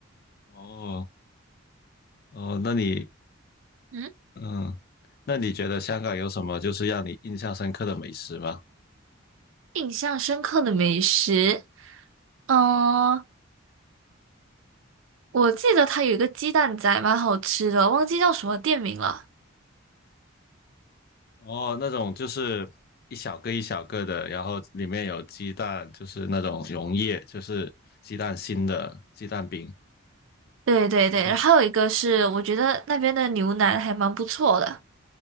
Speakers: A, on the left (about 45°); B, on the right (about 65°).
A: 哦哦，那你
B: 嗯，
A: 嗯，那你觉得香港有什么就是让你印象深刻的美食吗？
B: 印象深刻的美食，嗯、我记得它有一个鸡蛋仔蛮好吃的，忘记叫什么店名了。
A: 哦，那种就是一小个一小个的，然后里面有鸡蛋，就是那种溶液，就是鸡蛋心的鸡蛋饼，
B: 对对对，
A: 就是
B: 然后还有一个是，我觉得那边的牛腩还蛮不错的。